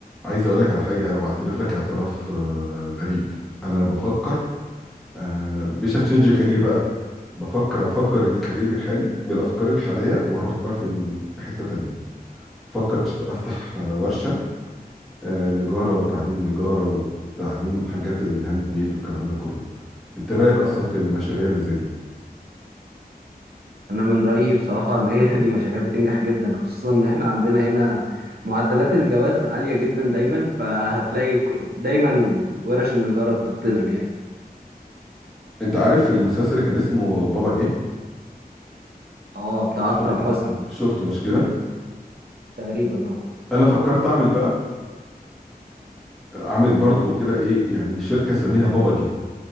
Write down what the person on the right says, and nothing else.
انا من رايي بصراحه ان هي <laughs> دي مشاريع بتنجح جدا خصوصا ان احنا عندنا هنا معدلات الجواز عاليه جدا دايما فهتلاقي ك- دايما ورش النجاره بتطلب يعني
اه بتاع
اكرم حسني
تقريبا اه